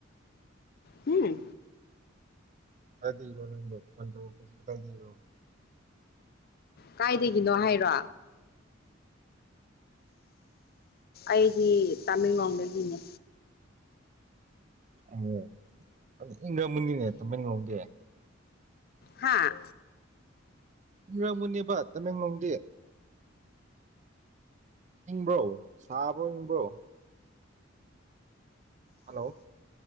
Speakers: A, on the left; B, on the right.
A: ꯍꯨꯝ
B: ꯀꯥꯏ ꯗꯩꯔꯣ ꯅꯪꯕꯣ ꯐꯣꯟ ꯇꯧꯔꯛꯄꯥꯁꯦ ꯀꯗꯥꯏꯗꯩꯔꯣ
A: ꯀꯥꯏꯗꯒꯤꯅꯣ ꯍꯥꯏꯔꯣ ꯑꯩꯗꯤ ꯇꯥꯃꯦꯡꯂꯣꯡꯗꯒꯤꯅꯦ
B: ꯑꯦ ꯏꯪꯔꯝꯒꯅꯤꯅꯦ ꯇꯥꯡꯃꯦꯡꯂꯣꯝꯗꯤ
A: ꯍꯥꯥ
B: ꯃꯨꯔꯝꯒꯅꯤꯕ ꯇꯥꯃꯦꯡꯂꯣꯡꯗꯤ ꯏꯪꯕ꯭ꯔꯣ ꯁꯥꯕ꯭ꯔꯣ ꯏꯪꯕ꯭ꯔꯣ ꯍꯥꯂꯣ